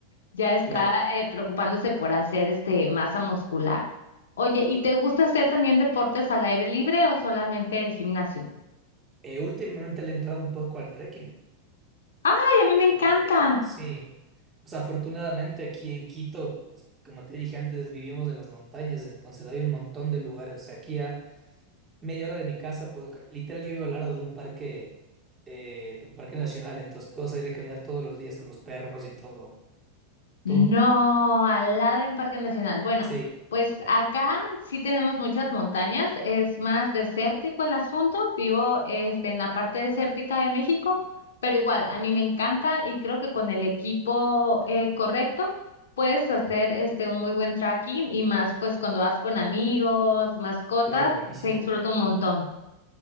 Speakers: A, on the left; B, on the right.
A: ya está
B: Claro.
A: eh, preocupándose por hacer este masa muscular. Oye, ¿y te gusta hacer también deportes al aire libre o solamente el gimnasio?
B: Eh, últimamente le he entrado un poco al trekking.
A: Ay, a mí me
B: Eh,
A: encanta.
B: sí. O sea, afortunadamente aquí en Quito, pues, como te dije antes, vivimos en las montañas, entonces hay un montón de lugares. O sea, aquí a media hora de mi casa puedo, ca- literal, yo vivo al lado de un parque, eh, de un parque nacional, entonces puedo salir a caminar todos los días con los perros y todo.
A: No,
B: Tú,
A: al lado en Parque Nacional. Bueno,
B: sí,
A: pues acá sí tenemos muchas montañas, es más desértico el asunto. Vivo este, en la parte desértica de México, pero igual, a mí me encanta y creo que con el equipo eh, correcto puedes hacer este, un muy buen trekking y más pues cuando vas con amigos, mascotas,
B: claro, buenísimo.
A: se disfruta un montón.